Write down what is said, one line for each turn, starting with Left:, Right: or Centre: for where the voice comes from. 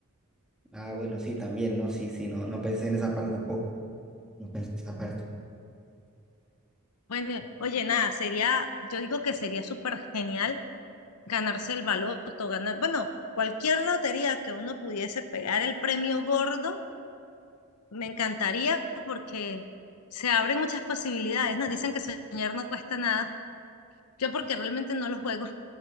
Centre: Ah, bueno, sí, también, no, sí, sí, no, no pensé en esa parte tampoco. No pensé aparte.
Left: Bueno, oye, nada, sería, yo digo que sería súper genial ganarse el baloto, ganar, bueno, cualquier lotería que uno pudiese pegar el premio gordo, me encantaría porque se abren muchas posibilidades. Nos dicen que soñar no cuesta nada. Yo porque realmente no lo juego,